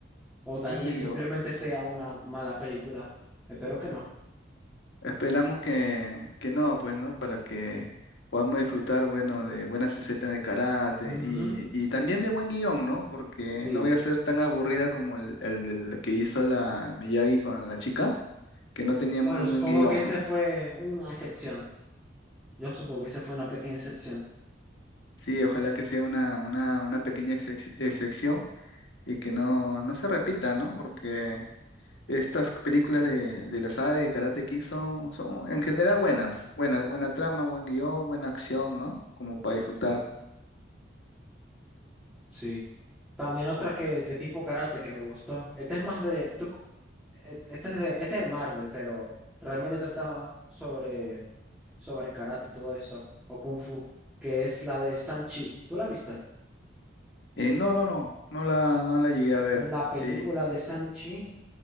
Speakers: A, in the centre; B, on the left (about 80°).
A: O
B: Sí,
A: tal vez simplemente
B: o-
A: sea una mala película. Espero que no.
B: esperamos que, que no, pues, ¿no? Para que podamos disfrutar, bueno, de buenas escenas de karate
A: Ujú,
B: y, y también de buen guión, ¿no? Porque
A: Sí,
B: no voy a ser tan aburrida como el, el del que hizo la Miyagi con la chica, que no tenía
A: Bueno,
B: muy buen
A: supongo
B: guión,
A: que ese
B: ¿no?
A: fue una excepción. Yo supongo que ese fue una pequeña excepción.
B: Sí, ojalá que sea una, una, una pequeña excep- excepción y que no, no se repita, ¿no? Porque estas películas de, de la saga de Karate Kid son, son en general buenas, buenas, buena trama, buen guión, buena acción, ¿no? Como para disfrutar.
A: Sí. También otra que de tipo karate que me gustó. Este es más de. tú c- eh, este es de, este es de Marvel, pero realmente trata sobre, sobre karate y todo eso. O Kung Fu. Que es la de Sanchi. ¿Tú la viste?
B: Eh, no, no, no, no la, no la llegué a ver.
A: La película
B: Eh,
A: de Sanchi